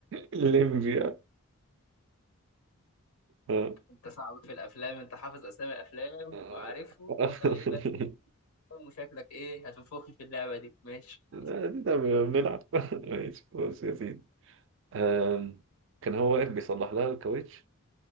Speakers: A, on the right (about 55°); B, on the left (about 75°).
A: الليمبيا آه.
B: <laughs> أنت صعب في الأفلام أنت حافظ أسامي الأفلام
A: آه.
B: وعارفهم
A: <laughs>
B: وأنا إيه بس وشكلك إيه هتنفخني في اللعبة دي ماشي
A: لا دي ده بنلعب <laughs> ماشي بص يا سيدي آم، كان هو واقف بيصلح لها الكاوتش